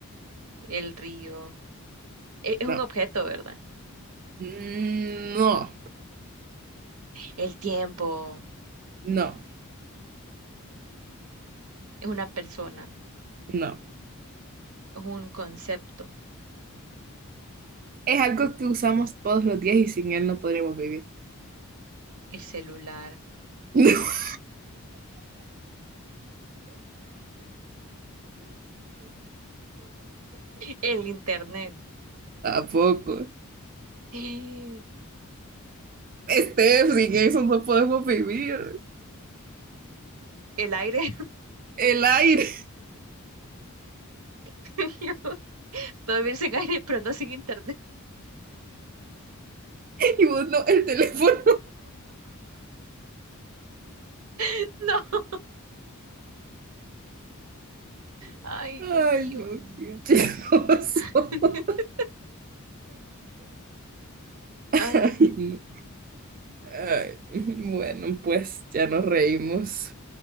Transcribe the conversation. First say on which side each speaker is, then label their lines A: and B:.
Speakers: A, on the right (about 75°); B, on the right (about 40°).
A: El río. E- Es
B: no,
A: un objeto, ¿verdad?
B: Mm, no,
A: El tiempo.
B: no,
A: Es una persona,
B: no.
A: es un concepto.
B: Es algo que usamos todos los días y sin él no podríamos vivir.
A: El celular,
B: <laughs>
A: el internet,
B: Tampoco.
A: <gasps> el
B: Steph, sin eso no podemos vivir.
A: aire.
B: El aire
A: <laughs> Yo Puedo vivir sin aire, pero no sin internet.
B: <laughs> y vos no, el teléfono.
A: <laughs> No. Ay,
B: Ay,
A: Dios mío.
B: no, qué asqueroso.
A: <laughs>
B: Ay,
A: Ay,
B: no. Ay, bueno, pues ya nos reímos.